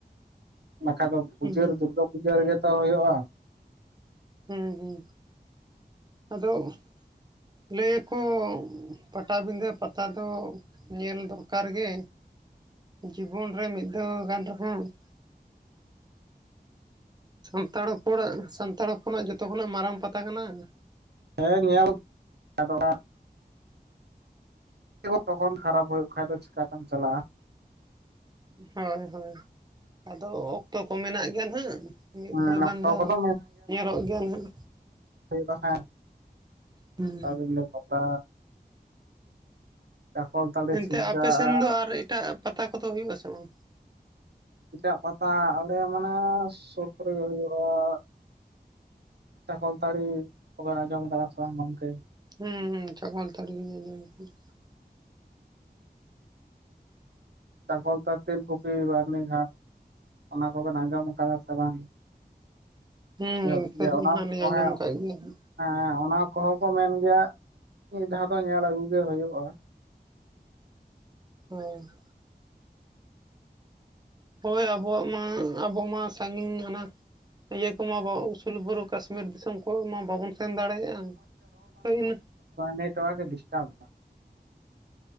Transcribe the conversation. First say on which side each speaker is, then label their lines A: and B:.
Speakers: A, on the right (about 80°); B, on the right (about 25°).
A: ᱵᱟᱠᱷᱟᱡ ᱫᱚ ᱯᱩᱡᱟᱹ
B: ᱦᱩᱸ
A: ᱨᱮ ᱫᱩᱨᱜᱟᱹ ᱯᱩᱡᱟᱹ ᱨᱮᱜᱮ ᱛᱚ ᱦᱳᱭᱳᱜᱼᱟ ᱾
B: ᱦᱩᱸ ᱦᱩᱸ ᱟᱫᱚ ᱞᱟᱹᱭᱟᱠᱚ ᱯᱟᱴᱟᱵᱤᱸᱫᱟᱹ ᱯᱟᱛᱟ ᱫᱚ ᱧᱮᱞ ᱫᱚᱨᱠᱟᱨ ᱜᱮ ᱡᱤᱵᱚᱱ ᱨᱮ ᱢᱤᱫ ᱫᱷᱟᱣ ᱜᱟᱱ ᱨᱮᱦᱚᱸ ᱾ ᱥᱟᱱᱛᱟᱲ ᱦᱚᱯᱚᱱᱟᱜ ᱥᱟᱱᱛᱟᱲ ᱦᱚᱯᱚᱱᱟᱜ ᱡᱚᱛᱚ ᱠᱷᱚᱱᱟᱜ ᱢᱟᱨᱟᱝ ᱯᱟᱛᱟ ᱠᱟᱱᱟ ᱾
A: ᱦᱮᱸ ᱧᱮᱞ <unintelligible> <unintelligible> ᱛᱚᱠᱷᱚᱱ ᱠᱷᱟᱨᱟᱯ ᱦᱩᱭᱩᱜ ᱠᱷᱟᱱ ᱫᱚ ᱪᱤᱠᱟᱛᱮᱢ ᱪᱟᱞᱟᱜᱼᱟ ᱾
B: ᱦᱳᱭ ᱦᱳᱭ ᱟᱫᱚ ᱚᱠᱛᱚ ᱠᱚ ᱢᱮᱱᱟᱜ ᱜᱮᱭᱟ ᱱᱟᱦᱟᱜ ᱾ ᱢᱤᱫ
A: ᱦᱮᱸ
B: ᱫᱷᱟᱣ ᱜᱟᱱ
A: ᱚᱠᱛᱚ
B: ᱫᱚ
A: ᱠᱚᱫᱚ
B: ᱧᱮᱞᱚᱜ ᱜᱮᱭᱟ ᱱᱟᱜ
A: ᱦᱩᱭᱩᱜ-ᱟ ᱦᱮ
B: ᱦᱩᱸ
A: ᱯᱟᱛᱟᱵᱤᱸᱰᱟᱹ ᱯᱟᱛᱟᱼᱼ ᱪᱟᱠᱚᱞᱛᱟᱲᱤ
B: ᱮᱱᱛᱮ
A: ᱥᱤᱞᱫᱟᱹ
B: ᱟᱯᱮ ᱥᱮᱱ ᱫᱚ
A: ᱼᱼ
B: ᱟᱨ ᱮᱴᱟᱜ ᱯᱟᱛᱟ ᱠᱚᱫᱚ ᱦᱩᱭᱩᱜ ᱟᱥᱮ ᱵᱟᱝ?
A: ᱮᱴᱟᱜ ᱯᱟᱛᱟ ᱟᱞᱮ ᱢᱟᱱᱮ ᱥᱩᱨ ᱠᱚᱨᱮ ᱦᱩᱭᱩᱜᱼᱟ ᱾ ᱪᱟᱠᱚᱞᱛᱟᱲᱤ ᱠᱚᱵᱮᱱ ᱟᱸᱡᱚᱢ ᱠᱟᱫᱟ ᱥᱮ ᱜᱚᱝᱠᱮ?
B: ᱦᱩᱸ ᱦᱩᱸ ᱪᱟᱠᱚᱞ ᱛᱟᱲᱤ ᱞᱤᱧ ᱟᱸᱡᱚᱢ ᱟᱠᱟᱫᱟ᱾
A: ᱛᱟᱨᱯᱚᱨ <unintelligible> ᱛᱮᱞ ᱠᱚᱯᱤ ᱵᱟᱨᱱᱤ ᱜᱷᱟᱴ ᱾ ᱚᱱᱟ ᱠᱚᱵᱮᱱ ᱟᱸᱡᱚᱢ ᱟᱠᱟᱫᱟ ᱥᱮ ᱵᱟᱝ?
B: ᱦᱩᱸ
A: ᱦᱩᱭᱩᱜ
B: ᱤᱱᱠᱟᱹ
A: ᱜᱮᱭᱟ
B: ᱫᱚ
A: ᱚᱱᱟ
B: ᱱᱟᱦᱟᱜ ᱞᱤᱧ ᱟᱸᱡᱚᱢ
A: ᱦᱮᱸ
B: ᱟᱠᱟᱜ ᱜᱮᱭᱟ᱾
A: ᱦᱮᱸ ᱚᱱᱟ ᱠᱚᱦᱚᱸ ᱠᱚ ᱢᱮᱱ ᱜᱮᱭᱟ, ᱢᱤᱫ ᱫᱷᱟᱣ ᱫᱚ ᱧᱮᱞ ᱟᱹᱜᱩ ᱜᱮ ᱦᱳᱭᱳᱜᱼᱟ ᱾
B: ᱦᱮᱸ <unintelligible> ᱦᱳᱭ ᱟᱵᱚᱣᱟᱜ ᱢᱟ, ᱟᱵᱚ ᱢᱟ ᱥᱟ. ᱜᱤᱧ ᱦᱟᱱᱟ ᱤᱭᱟᱹ ᱠᱚᱢᱟ <unintelligible> ᱩᱥᱩᱞ ᱵᱩᱨᱩ ᱠᱟᱥᱢᱤᱨ ᱫᱤᱥᱚᱢ ᱠᱚ ᱢᱟ ᱵᱟᱵᱚᱱ ᱥᱮᱱ ᱫᱟᱲᱮᱭᱟᱜᱼᱟ, ᱛᱚ ᱤᱱᱟᱹ
A: ᱱᱮᱴ ᱳᱣᱟᱨᱠ ᱮ ᱰᱤᱥᱴᱟᱨᱵ ᱮᱫᱟ᱾